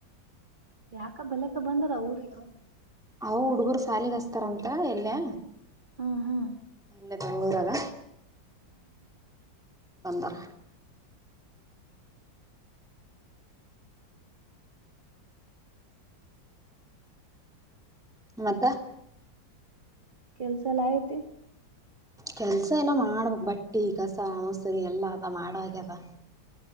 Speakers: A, on the right (about 25°); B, in the centre.
A: ಯಾಕ ಬಲೆಕ ಬಂದಾರ ಅವಊರಿಗೆ ಅವನು
B: ಅವ ಹುಡುಗರು ಸಾಲಿಗ ಹಸ್ತಾರಂತ ಎಲ್ಲಯ
A: ಹಾ ಹಾ
B: ಅೆ ಬೆಂ್ಗಳೂರಲ್ಲ ಬಂದರ ಮತ್ತ
A: ಕೆಲ್ಸ ಎಲ್ಲ ಆಗತಿ
B: ಕೆಲ್ಸ ಏನ ಮಾಡ್ಬೇಕಕ್ ಬಟ್ಟಿ ಕಸ ಮೊಸರಿ ಎಲ್ಲಾ ಅದ ಮಾಡಾಗ್ಯದ ಹ